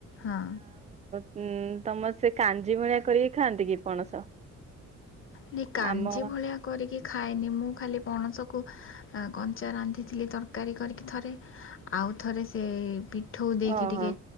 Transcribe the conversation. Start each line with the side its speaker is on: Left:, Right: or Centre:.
Left: ହଁ।
Right: ଉୁଁ ତମର ସେ କାଞ୍ଜି ଭଳିଆ କରିକି ଖାଆନ୍ତି କି ପଣସ?
Left: ନ କାଞ୍ଜି
Right: ଆମ
Left: ଭଳିଆ କରିକି କି ଖାଏନି ମୁଁ ଖାଲି ପଣସକୁ କଞ୍ଚା ରାନ୍ଧିଥିଲି ତରକାରୀ କରିକି ଥରେ। ଆଉଥରେ ସେ ପି ଠୋ ଦେଇକି
Right: ଓହୋ
Left: ଟିକେ